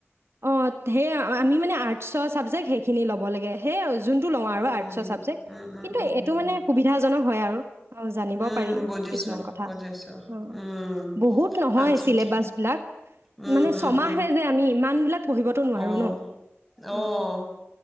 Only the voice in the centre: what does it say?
উম,
উম, উম,
উম,
উম,
উম
বুজিছো
বুজিছো
উম,
আচ্ছা
আচ্ছা
উম,
উম,
উম
অ'
অ'।